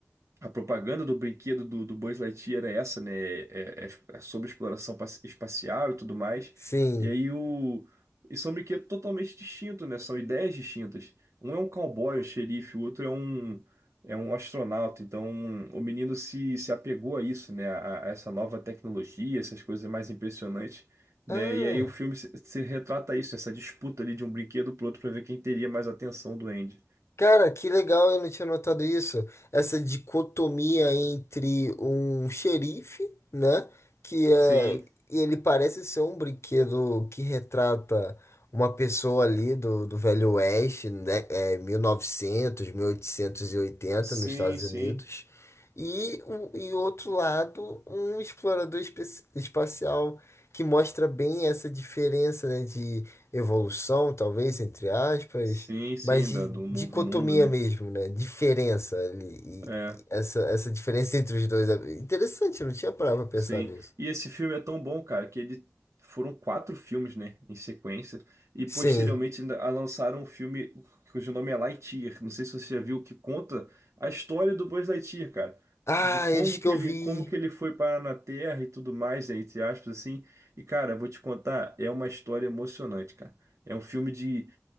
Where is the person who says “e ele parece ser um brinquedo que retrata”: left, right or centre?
Left